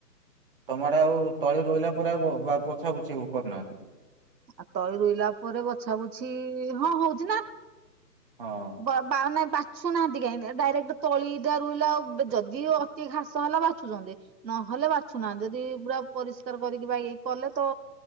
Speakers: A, on the right; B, on the right.
A: ତମ ଆଡେ ଆଉ ତଳି ରୋଇଲା ପରେ ଆଉ ପୋଛା ପୋଛି କରୁନାହାନ୍ତି।
B: ଆଉ ତଳି ରୋଇଲା ପରେ ବଛାବୁଛି ହଁ ହଉଛି ନା।
A: ହଁ।
B: ବ ବାଉ ବା ଶୁଣୁନାହାନ୍ତି କାହିଁକି ଡାଇରେକ୍ଟ ତଳିଟା ରୋଇଲ ଆଉ ଯଦି ଅତି ଘାସ ହେଲା ବାଛୁଛନ୍ତି ନହଲେ ନହଲେ ବାଛୁନାହାନ୍ତି ଯଦି ପୁରା ପରିଷ୍କାର କରିକି କଲେ ତ